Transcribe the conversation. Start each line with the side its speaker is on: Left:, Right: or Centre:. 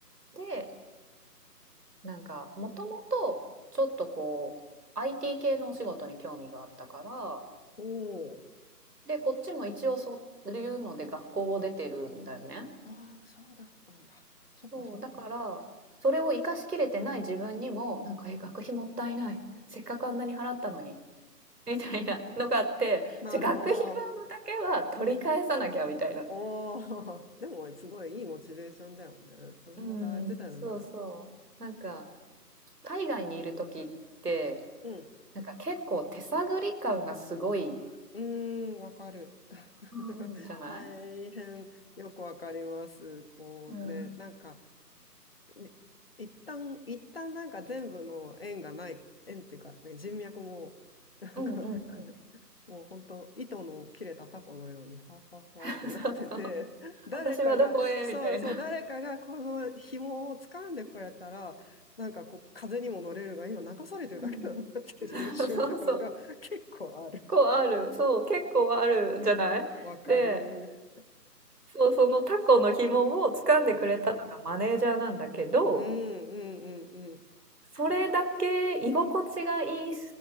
Right: で、なんか、もともと、ちょっとこう、IT 系のお仕事に興味があったから、
Left: おお。
Right: で、こっちも一応そういうので学校を出てるんだよね。
Left: ああ、そうだったんだ。そっかそっか。
Right: そう、だから、それを生かしきれてない自分にも、なんか、え、学費もったいない。せっかくあんなに払ったのに。<laughs> みたいなのがあって、
Left: なるほど。
Right: じゃ、学費分だけは取り返さなきゃみたいな。
Left: おお。<laughs> でも、すごいいいモチベーションだよね。それも大事だよね。
Right: うん、そうそう。なんか、海外にいる時って、
Left: うん。
Right: なんか結構手探り感がすごい、
Left: うーん、わかる。<laughs>
Right: うん。じゃない？
Left: 大変よくわかります。こうね、
Right: うん。
Left: なんか、い一旦、一旦なんか全部の縁がない、縁っていうか、ね人脈も、<laughs> なんか、
Right: うんうんうん。
Left: <laughs> もう本当、糸の切れたタコのように、ファファファってなってて、
Right: <laughs> そうそう。<laughs>
Left: <laughs> 誰かが、
Right: 私はどこへみたいな。
Left: そうそう、誰かがこの紐を掴んでくれたら、なんかこう、風にも乗れるが、今流されてるだけだなっていう瞬間が
Right: うん。<laughs> そうそう。
Left: <laughs> 結構ある。
Right: こうある。そう、結構あるじゃない？
Left: わかる。
Right: でそう、そのタコの紐を掴んでくれたのがマネージャーなんだけど、
Left: お、うんうんうん
Right: それだけ居心地がいい